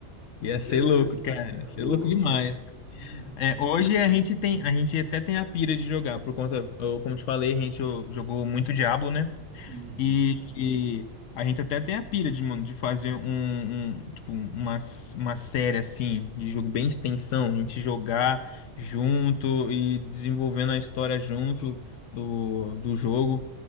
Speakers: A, on the left; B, on the right.
A: ia ser
B: meu
A: louco,
B: Deus,
A: cara.
B: cê é
A: Ia
B: louco,
A: ser louco demais.
B: mano. Uhum,
A: É, hoje a gente tem, a gente até tem a pira de jogar, por conta, eu- como te falei, a gente ó, jogou muito Diablo, né?
B: uhum.
A: E, e a gente até tem a pira de, mano, de fazer um, um, tipo, uma, s- uma série assim, de jogo bem extensão, a gente jogar junto e desenvolvendo a história junto do, do jogo.